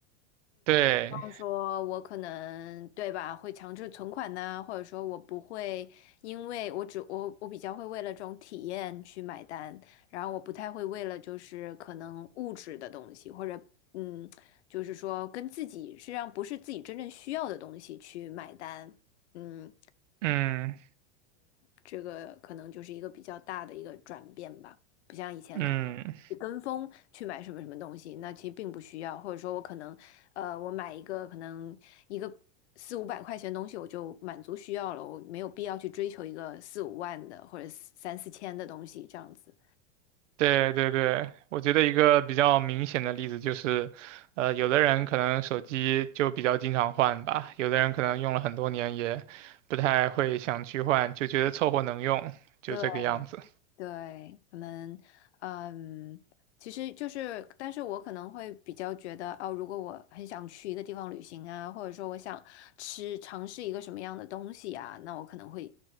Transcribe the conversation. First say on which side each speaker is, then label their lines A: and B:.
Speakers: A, on the right; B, on the left.
A: 对，
B: 方说，我可能对吧，会强制存款呐、或者说我不会，因为我只我我比较会为了这种体验去买单，然后我不太会为了就是可能物质的东西，或者嗯，就是说跟自己实际上不是自己真正需要的东西去买单，嗯，
A: 嗯
B: 这个可能就是一个比较大的一个转变吧，不像以前可能你跟风去买什么什么东西，
A: 嗯，
B: 那其实并不需要，或者说我可能，呃，我买一个可能一个四五百块钱的东西我就满足需要了，我没有必要去追求一个四五万的或者三四千的东西这样子。
A: 对对对，我觉得一个比较明显的例子就是，呃，有的人可能手机就比较经常换吧，有的人可能用了很多年也不太会想去换，就觉得凑合能用，就这个样子。
B: 对，对，可能，嗯，其实就是，但是我可能会比较觉得，哦，如果我很想去一个地方旅行啊，或者说我想吃尝试一个什么样的东西啊，那我可能会